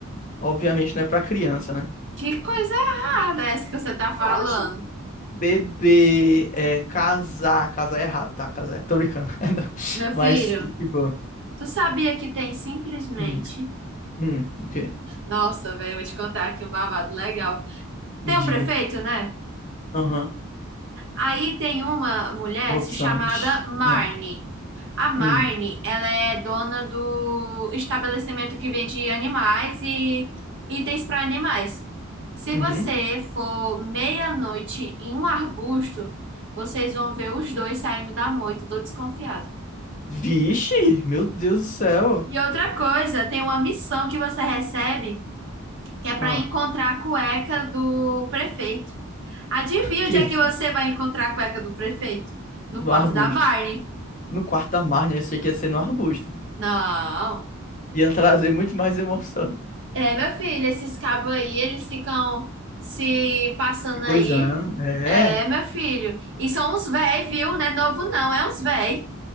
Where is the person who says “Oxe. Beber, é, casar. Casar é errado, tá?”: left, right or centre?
Left